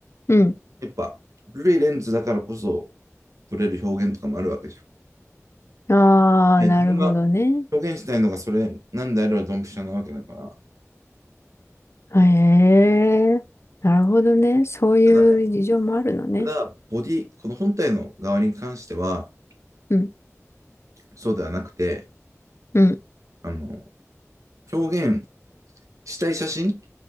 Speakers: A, on the left (about 55°); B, on the right (about 75°).
A: うん。
B: やっぱ古いレンズだからこそ撮れる表現とかもあるわけじゃ
A: ああ、
B: ん。いや、
A: なるほどね。
B: 自分が表現したいのがそれなんであればドンピシャなわけだから。
A: へえ、なるほどね。そういう事情もあるのね。
B: ただね、ただ、ボディ、この本体の側に関しては、
A: うん、
B: そうではなくて、
A: うん、
B: あの、表現したい写真